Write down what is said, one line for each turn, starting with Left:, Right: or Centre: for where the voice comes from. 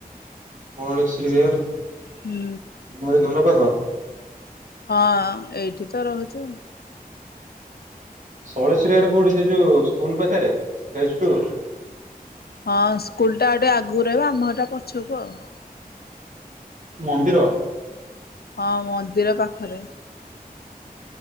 Right: କଳଶ୍ରି ବିହାର।
Left: ହୁଁ।
Right: ତୁମରି ଘର ପାଖ।
Left: ହଁ ଏଇଠି ତ ରହୁଚି ଆଉ।
Right: ଶୈଳଶ୍ରୀ ବିହାର କୋଉଠି ସେ ଯୋଉ ସ୍କୁଲ୍ ପାଖରେ ଫେଜ୍ ଟୁ?
Left: ହଁ ସ୍କୁଲ୍ ଟା ଆଉ ଟିକେ ଆଗକୁ ରହିବ, ଆମ ଘରଟା ପଛକୁ ଆଉ।
Right: ମନ୍ଦିର?
Left: ହଁ ମନ୍ଦିର ପାଖରେ।